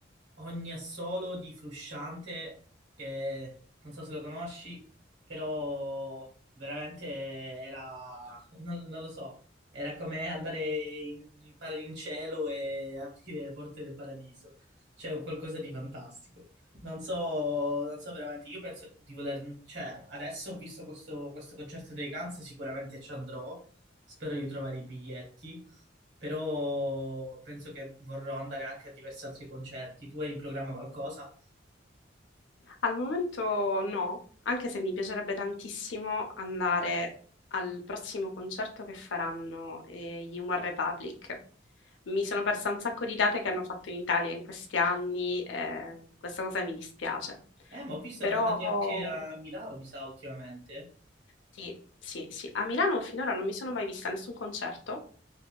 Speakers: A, on the right; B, on the left.
A: ogni assolo di Frusciante, che non so se lo conosci, però veramente era, non, non lo so, era come andare in, in para- in cielo e aprire le porte del paradiso. Cioè, un qualcosa di fantastico. Non so, non so veramente, io penso di voler, cioè adesso ho visto questo, questo concerto dei Guns, sicuramente ci andrò, spero di trovare i biglietti, però penso che vorrò andare anche a diversi altri concerti. Tu hai in programma qualcosa?
B: Al momento no, anche se mi piacerebbe tantissimo andare al prossimo concerto che faranno eh, gli One Republic. Mi sono persa un sacco di date che hanno fatto in Italia in questi anni, eh, questa cosa mi dispiace.
A: Eh, ma ho visto
B: Però
A: erano andati anche a Milano, mi sa, ultimamente.
B: Sì, sì, sì. A Milano finora non mi sono mai vista nessun concerto,